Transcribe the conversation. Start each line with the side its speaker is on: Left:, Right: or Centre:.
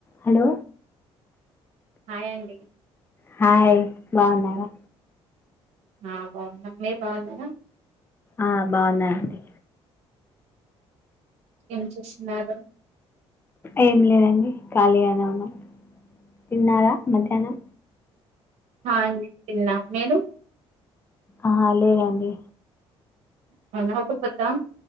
Left: హలో
Right: హ్యాండి
Left: హాయ్ బాగున్నారా
Right: ఆ బాగున్నా మీరు బాగున్నాార
Left: ఆ బాగున్నారండి
Right: ఏం చేస్తున్నారు
Left: ఏం లేదండి ఖాళీగానే ఉన్నాం తిన్నారా మధ్యాహ్నం
Right: హ అండి తిన్నా. మీరు?
Left: ఆ లేదండి.
Right: పండగా ఒక్కపొద్దా అం